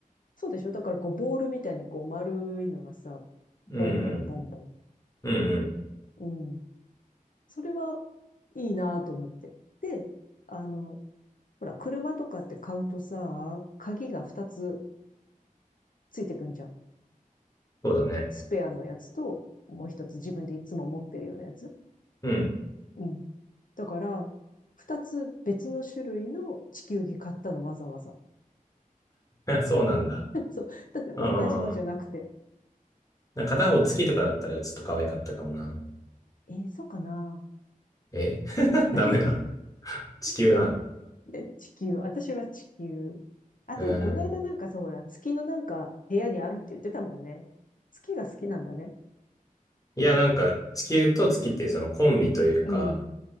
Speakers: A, on the left; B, on the left.
A: そうでしょだからこう、ボールみたいにこう、丸いのがさ、
B: うんうん。
A: ボンボンボンボン。
B: うんうん。
A: うん。それはいいなと思って。で、あの、ほら、車とかって買うとさ、鍵が2つついてくんじゃん。
B: そうだね。
A: スペアのやつと、もう一つ自分でいつも持ってるようなやつ。
B: うん。
A: うん。だから、二つ別の種類の地球儀買ったのわざわざ。
B: <laughs> そうなんだ。
A: <laughs> そう。だって同じのじゃなくて。
B: ああ。なんか片方月とかだったらちょっと可愛かったかもな。
A: えー、そうかな
B: え <laughs>
A: <laughs>
B: ダメなの
A: ね、
B: 地球なの
A: な、ね、地球、私は地球。あ、
B: うん。
A: でもこの間なんかさ、ほら、月のなんか部屋にあるって言ってたもんね。月が好きなんだね。
B: いや、なんか、地球と月っていうそのコンビというか、
A: うん。